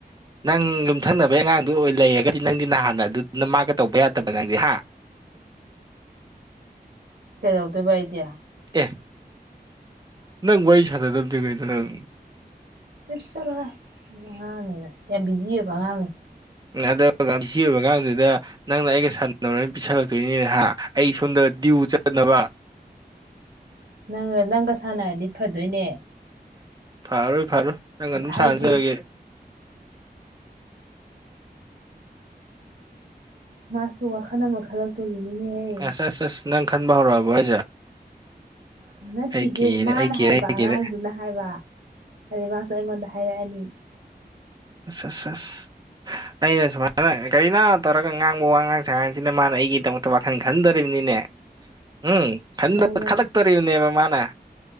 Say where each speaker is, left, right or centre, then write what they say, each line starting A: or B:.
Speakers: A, on the right; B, on the right.
A: ꯅꯪ ꯌꯨꯝꯊꯪꯅꯕꯩ ꯑꯉꯥꯡꯗꯨ ꯑꯣꯏ ꯂꯩꯔꯒꯗꯤ ꯅꯪꯗꯤ ꯅꯍꯥꯟꯅ ꯑꯗꯨꯗꯨꯅ ꯃꯥꯒ ꯇꯧꯕ ꯌꯥꯗꯕ ꯅꯪꯗꯤ ꯍꯥ <unintelligible>
B: ꯀꯩꯗꯧꯗꯣꯏꯕꯕꯥꯏꯗ꯭ꯌꯥ
A: ꯑꯦ ꯅꯪ ꯋꯥꯔꯤ ꯁꯥꯟꯅꯗꯕꯗꯤ ꯀꯩꯅꯣ ꯅꯪ
B: ꯐ ꯆꯂ ꯑꯅꯦ ꯌꯥꯝ ꯕꯤꯖꯤꯕꯉꯅꯦ
A: ꯑꯗꯣ ꯁꯤ ꯑꯣꯏꯕꯀꯗꯨꯗ ꯅꯪꯅ ꯑꯩꯒ ꯁꯥꯟꯣꯏ ꯄꯤꯁꯜꯂꯛꯇꯣꯏꯅꯤꯅꯦ ꯍꯥ ꯑꯩ ꯁꯣꯝꯗ ꯗ꯭ꯌꯨ ꯆꯠꯅꯕ
B: ꯅꯪ ꯅꯪꯒ ꯁꯥꯟꯅꯔꯗꯤ ꯐꯗꯣꯏꯅꯦ
A: ꯐꯔꯣꯏ ꯐꯔꯣꯏ ꯅꯪ ꯑꯗꯨꯝ
B: ꯍꯥꯏꯗꯤ
A: ꯁꯥꯟꯅꯖꯔꯒꯦ
B: ꯃꯥꯁꯨ ꯋꯥ ꯈꯅ ꯃꯈ ꯈꯜꯂꯛꯇꯣꯔꯤꯅꯤꯅꯦꯍ
A: ꯑꯁ ꯑꯁ ꯑꯁ ꯅꯪ ꯈꯟꯕ ꯍꯧꯔꯛꯑꯕ ꯑꯩꯁꯦ
B: ꯅꯠꯇꯦꯍꯦ
A: ꯀꯤꯔꯦ
B: ꯃꯥꯅ
A: ꯑꯩ ꯀꯤꯔꯦ
B: ꯍꯥꯏꯕ
A: ꯑꯩ
B: ꯑꯉꯥꯡꯗꯨꯅ
A: ꯀꯤꯔꯦ
B: ꯍꯥꯏꯕ ꯑꯗꯩ ꯃꯥꯁꯨ ꯑꯩꯉꯣꯟꯗ ꯍꯥꯏꯔꯛꯑꯅꯤ
A: ꯑ ꯑꯩꯅ ꯁꯨꯃꯥꯏꯅ ꯀꯔꯤꯅ ꯇꯧꯔꯒ ꯉꯥꯡꯕ ꯋꯥ ꯉꯥꯡ ꯁꯉꯥꯡꯁꯤꯅ ꯃꯥꯅ ꯑꯩꯒꯤꯗꯃꯛꯇ ꯋꯥꯈꯜ ꯈꯟꯗꯔꯤꯕꯅꯤꯅꯦ ꯎꯝ
B: ꯅꯪꯅ
A: ꯈꯜꯂꯛꯇꯣꯔꯤꯕꯅꯦꯕ ꯃꯥꯅ